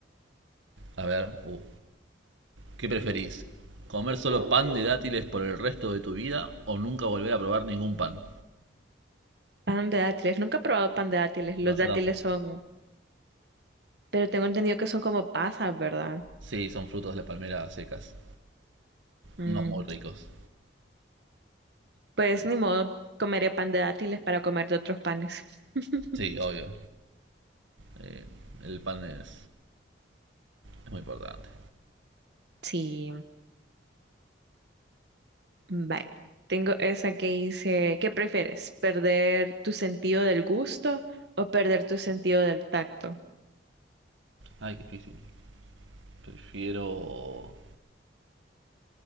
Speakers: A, on the right (about 80°); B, on the right (about 60°).
A: A ver, uh, ¿Qué preferís? ¿Comer solo pan de dátiles por el resto de tu vida o nunca volver a probar ningún pan?
B: pan de dátiles, nunca he probado pan de dátiles, los
A: No, yo
B: dátiles
A: tampoco.
B: son, pero tengo entendido que son como pasas, ¿verdad?
A: Sí, son frutos de la palmera secas.
B: Mm,
A: No muy ricos.
B: pues ni modo, comeré pan de dátiles para comer de otros panes. <laughs>
A: Sí, obvio. Eh, el pan es, es muy importante.
B: Sí, bye. Tengo esa que dice, ¿qué prefieres? ¿Perder tu sentido del gusto o perder tu sentido del tacto?
A: Ay, qué difícil. Prefiero...